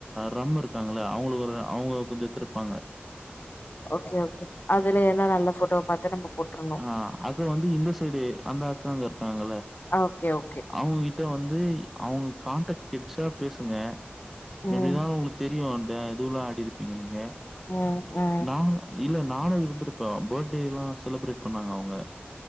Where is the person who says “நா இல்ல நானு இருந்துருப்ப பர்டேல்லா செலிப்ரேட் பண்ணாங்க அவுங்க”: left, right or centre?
Centre